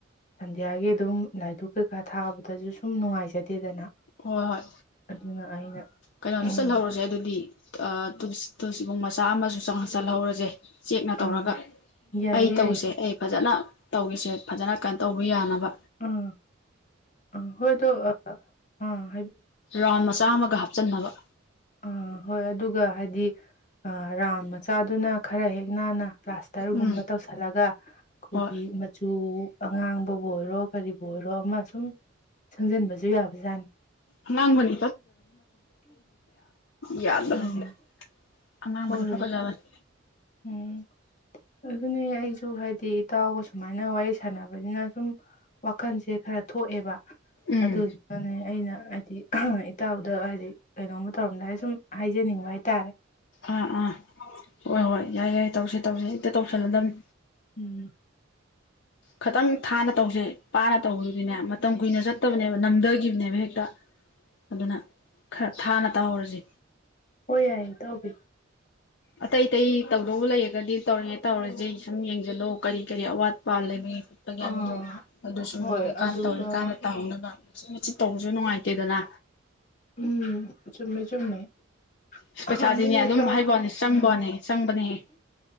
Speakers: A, on the left; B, on the left.
A: ꯁꯟꯗꯌꯥꯒꯤ ꯑꯗꯨꯝ ꯂꯥꯏꯙꯛ ꯀꯩꯀꯥ ꯊꯥꯕꯗꯁꯨ ꯁꯨꯝ ꯅꯨꯡꯉꯥꯏꯖꯗꯦꯗꯅ
B: ꯍꯣꯏ ꯍꯣꯏ
A: ꯑꯗꯨꯅ ꯑꯩꯅ
B: ꯀꯩꯅꯣꯁꯨ
A: ꯎꯝ
B: ꯆꯠꯍꯧꯔꯁꯦ ꯑꯗꯨꯗꯤ ꯏ ꯁꯤꯕꯨꯡ ꯃꯆꯥ ꯑꯃꯁꯨꯪ ꯆꯜꯍꯧꯔꯁꯦ ꯆꯦꯛꯅ ꯇꯧꯔꯒ
A: ꯑꯥ ꯌꯥꯏꯌꯦ
B: ꯑꯩ ꯇꯧꯁꯦ
A: ꯌꯥꯏꯌꯦ
B: ꯑꯩ ꯐꯖꯅ ꯇꯧꯔꯤꯁꯦ ꯐꯖꯅ ꯀ ꯇꯧꯕ ꯌꯥꯅꯕ
A: ꯎꯝ ꯎꯝ ꯍꯣꯏꯗꯣ ꯎꯝ
B: ꯔꯝ ꯆꯥꯝꯃꯒ ꯍꯥꯞꯆꯟꯅꯕ
A: ꯑꯥ ꯍꯣꯏ ꯑꯗꯨꯒ ꯍꯥꯏꯗꯤ ꯔꯥꯎꯟ ꯃꯆꯥꯗꯨꯅ ꯈꯔ ꯍꯦꯛ ꯅꯥꯟꯅ ꯄ꯭ꯂꯥꯁꯇꯔꯒꯨꯝꯕ
B: ꯎꯝ
A: ꯇꯧꯁꯤꯜꯂꯒ ꯑꯩꯈꯣꯏꯒꯤ
B: ꯍꯣꯏ
A: ꯃꯆꯨ ꯑꯉꯥꯡꯕꯕꯨ ꯑꯣꯏꯔꯣ ꯀꯔꯤꯕꯨ ꯑꯣꯏꯔꯣ ꯑꯃ ꯁꯨꯝ ꯁꯪꯖꯟꯕꯁꯨ ꯌꯥꯕꯖꯥꯠꯅꯤ
B: ꯑꯉꯥꯡꯕꯅ ꯌꯥꯗꯕꯅꯤ
A: ꯑꯥ
B: ꯑꯉꯥꯡꯕꯗꯤ
A: ꯍꯣꯏ
B: ꯐ ꯐꯖꯕꯅꯤ
A: ꯎꯝ ꯑꯗꯨꯅꯦ ꯑꯩꯁꯨ ꯍꯥꯏꯗꯤ ꯏꯇꯥꯎꯒ ꯁꯨꯃꯥꯏꯅ ꯋꯥꯔꯤ ꯁꯥꯟꯅꯕꯅꯤꯅ ꯁꯨꯝ ꯋꯥꯈꯜꯁꯦ ꯈꯔ ꯊꯣꯛꯑꯦꯕ
B: ꯎꯝ
A: ꯑꯗꯨꯗꯨꯅꯅꯦ ꯑꯩꯅ ꯍꯥꯏꯗꯤ ꯏꯇꯥꯎꯗ ꯍꯥꯏꯗꯤ ꯀꯩꯅꯣꯝꯃ ꯇꯧꯔꯝꯗꯥꯏ ꯁꯨꯝ ꯍꯥꯏꯖꯅꯤꯡꯕ ꯍꯥꯏꯇꯥꯔꯦ
B: ꯑꯥ ꯑꯥ ꯍꯣꯏ ꯍꯣꯏ ꯌꯥꯏ ꯌꯥꯏ ꯇꯧꯁ ꯇꯧꯁꯦ ꯏꯛꯇ ꯇꯧꯁꯜꯂꯗꯝꯅꯤ
A: ꯎꯝ
B: ꯈꯤꯇꯪ ꯊꯥꯅ ꯇꯧꯁꯦ ꯄꯥꯅ ꯇꯧꯔꯨꯗꯨꯅꯦ ꯃꯇꯝ ꯀꯨꯏꯅ ꯆꯠꯇꯕꯅꯦꯕ ꯅꯝꯊꯈꯤꯕꯅꯦꯕ ꯍꯦꯛ ꯑꯗꯨꯅ ꯈꯔ ꯊꯥꯅ ꯇꯧꯍꯧꯔꯁꯤ
A: ꯍ ꯌꯥꯏꯌꯦ ꯇꯧꯕꯤ
B: ꯑꯇꯩ ꯑꯇꯩ ꯇꯧꯗꯧꯕ ꯂꯩꯔꯒꯗꯤ ꯇꯧꯔꯤꯉꯦ ꯇꯧꯔꯁꯦ ꯁꯨꯝ ꯌꯦꯡꯁꯤꯜꯂꯣ ꯀꯔꯤ ꯀꯔꯤ ꯑꯋꯥꯠꯄ ꯂꯩꯃꯤ ꯆꯠꯄꯒꯤꯕꯗꯣ
A: ꯑꯥ
B: ꯑꯗꯨꯁꯨ
A: ꯍꯣꯏ ꯑꯗꯨꯒ
B: ꯀꯥꯟꯅ ꯇꯧꯋꯔꯤ ꯀꯥꯟꯗ ꯇꯧꯍꯧꯅꯕ ꯃꯠ ꯃꯆꯤꯠ ꯇꯧꯕꯁꯨ ꯅꯨꯡꯉꯥꯏꯇꯦꯗꯅ
A: ꯎꯝ ꯆꯨꯝꯃꯦ ꯆꯨꯝꯃꯦ
B: ꯑꯁ
A: ꯑꯗꯨꯅꯦ
B: ꯄꯩꯁꯥꯗꯤꯅꯦ ꯑꯗꯨꯝ
A: ꯏꯇꯥꯎ
B: ꯍꯥꯏꯕꯅꯦ ꯆꯪꯕꯅꯦ
A: ꯎꯝ
B: ꯆꯪꯕꯅꯦꯍ